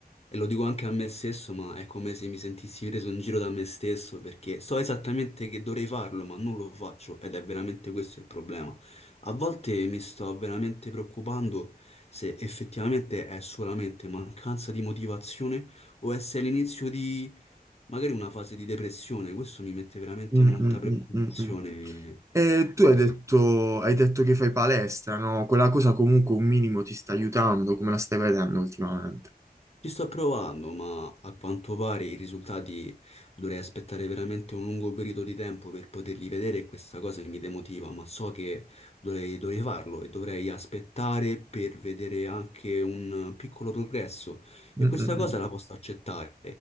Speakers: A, on the left; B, on the right.
A: E lo dico anche a me stesso, ma è come se mi sentissi preso in giro da me stesso perché so esattamente che dovrei farlo, ma non lo faccio ed è veramente questo il problema. A volte mi sto veramente preoccupando se effettivamente è solamente mancanza di motivazione o è se è l'inizio di magari una fase di depressione, questo mi mette veramente
B: Mm,
A: molta
B: mm,
A: preoccupazione.
B: mm, mm, mm. E tu
A: E
B: hai detto, hai detto che fai palestra, no? Quella cosa comunque un minimo ti sta aiutando, come la stai vedendo ultimamente?
A: ci sto provando, ma a quanto pare i risultati dovrei aspettare veramente un lungo periodo di tempo per poterli vedere e questa cosa mi demotiva, ma so che dovrei, dovrei farlo e dovrei aspettare per vedere anche un piccolo progresso
B: Mm,
A: e questa
B: mm,
A: cosa
B: mm.
A: la posso accettare.